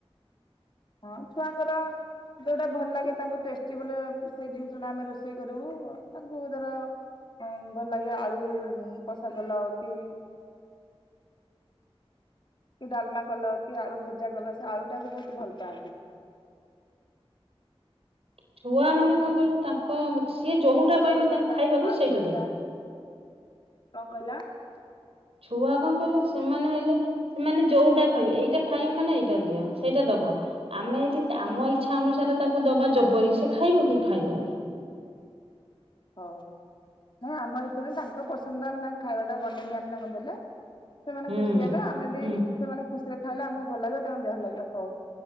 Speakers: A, on the left; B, on the right.
A: ହଁ ଛୁଆଙ୍କର ଯୋଉଟା ଭଲ ଲାଗେ ତାଙ୍କୁ ଟେଷ୍ଟି <unintelligible> ସେଇ ଜିନିଷ ଟା ଆମେ ରୋଷେଇ କରିବୁ ତାଙ୍କୁ ଧର ଭଲ ଲାଗେ ଆଳୁ କଷା କଲ କି କି ଡାଲମା କଲ କି ଆଳୁ ଭଜା କଲ ସେ ଆଳୁ ଟାକୁ ବହୁତ ଭଲ ପାଆନ୍ତି।
B: ଛୁଆ ମାନେ କଣ
A: ଆଉ
B: କହିଲ ତାଙ୍କ ସିଏ ଯୋଉଟା
A: କଣ ଆଳୁ
B: କହିବେ
A: ପରଟା
B: ତାଙ୍କୁ ଖାଇବାକୁ
A: ଆଳୁ
B: ସେଇଟା
A: ପରଟା
B: ଦବ।
A: କଣ କହିଲ?
B: ଛୁଆ କଣ କହିଲେ ସେମାନେ ହେଲେ ସେମାନେ ଯୋଉଟା ଖାଇବେ ଏଇଟା ଖାଇବି ମାନେ ଏଇଟା ଦିଅ ସେଇଟା ଦବ ଆମେ ଯଦି ଆମ ଇଚ୍ଛା ଅନୁସାରେ ତାକୁ ଦବା ଜବରି ସେ ଖାଇବ କି ଖାଇବନି।
A: ହଉ ନାଇଁ ଆମ <unintelligible> ତାଙ୍କ ପସନ୍ଦ ଆମେ ତାଙ୍କ ଖାଇବା ଟା ବନେଇକି ଆମେ ତାଙ୍କୁ ଦେଲେ ସେମାନେ
B: ହୁଁ।
A: ଖୁସି ହେବେ ଆମେ ବି
B: ହୁଁ।
A: ସେମାନେ ଖୁସିରେ ଖାଇଲେ ଆମକୁ ଭଲ ଲାଗି ତାଙ୍କ ଦେହ ଲାଗିବ ହଉ